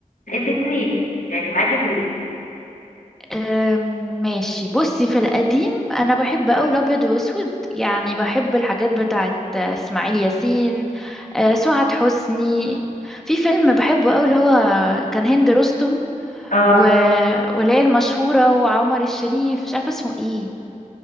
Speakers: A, on the left; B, in the centre.
A: الاتنين يعني معاكي في الاتنين
B: أم، ماشي بصي في القديم أنا بحب أوي الأبيض وأسود يعني بحب الحاجات بتاعت آه، إسماعيل ياسين آه، سعاد حسني في فيلم بحبه أوي اللي هو كان هند رستم
A: اه
B: و... واللي هي المشهورة وعمر الشريف مش عارفة اسمه ايه